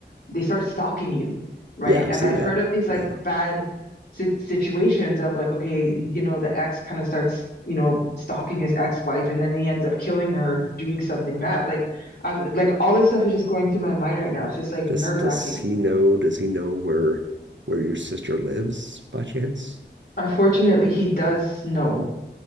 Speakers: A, on the left; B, on the right.
A: they start stalking you, right?
B: yeah, I've
A: And
B: seen
A: I've
B: that
A: heard of these like
B: now.
A: bad si- situations of like, okay, you know, the ex kind of starts, you know, stalking his ex-wife and then he ends up killing her or doing something bad. Like, um, like all this stuff is just going through my mind right now. It's just like nerve-wracking.
B: Does does he know? Does he know where where your sister lives by chance?
A: Unfortunately, he does know.